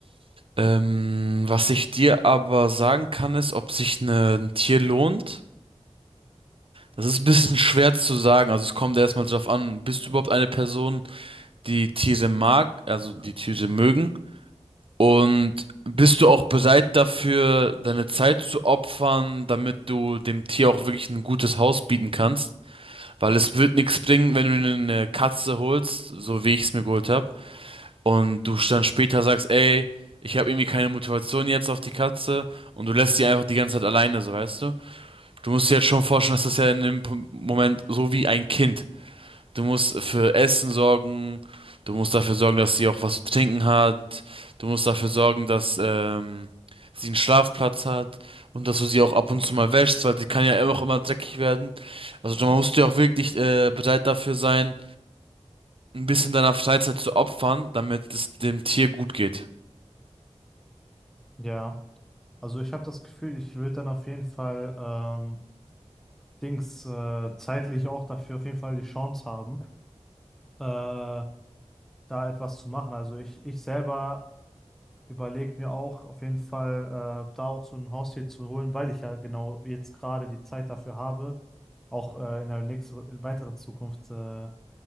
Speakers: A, on the right; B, in the centre.
A: Ähm, was ich dir aber sagen kann, ist, ob sich ne- ein Tier lohnt. Das ist ein bisschen schwer zu sagen. Also es kommt erstmal drauf an, bist du überhaupt eine Person, die Tiere mag, also die Tiere mögen? Und bist du auch bereit dafür, deine Zeit zu opfern, damit du dem Tier auch wirklich ein gutes Haus bieten kannst? Weil es wird nichts bringen, wenn du dir eine Katze holst, so wie ich es mir geholt habe, und du dann später sagst, ey, ich habe irgendwie keine Motivation jetzt auf die Katze und du lässt sie einfach die ganze Zeit alleine, so weißt du? Du musst dir jetzt schon vorstellen, dass das ja in dem P- Moment so wie ein Kind. Du musst für Essen sorgen, du musst dafür sorgen, dass sie auch was zu trinken hat, du musst dafür sorgen, dass ähm, sie einen Schlafplatz hat und dass du sie auch ab und zu mal wäschst, weil sie kann ja auch immer dreckig werden. Also man musst ja auch wirklich äh, bereit dafür sein, ein bisschen deiner Freizeit zu opfern, damit es dem Tier gut geht.
B: Ja, also ich habe das Gefühl, ich würde dann auf jeden Fall ähm, Dings äh, zeitlich auch dafür auf jeden Fall die Chance haben, äh, da etwas zu machen. Also ich, ich selber überlege mir auch auf jeden Fall, äh, da auch so ein Haustier zu holen, weil ich ja genau jetzt gerade die Zeit dafür habe, auch äh, in der nächsten, weiteren Zukunft äh,